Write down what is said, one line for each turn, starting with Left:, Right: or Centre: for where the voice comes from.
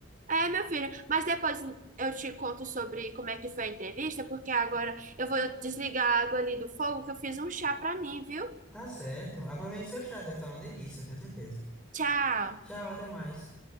Right: É, meu filho, mas depois eu te conto sobre como é que foi a entrevista, porque agora eu vou desligar a água ali do fogo que eu fiz um chá pra mim, viu?
Centre: Tá certo. Aproveite seu chá, deve estar uma delícia, eu tenho certeza.
Right: Tchau!
Centre: Tchau, até mais.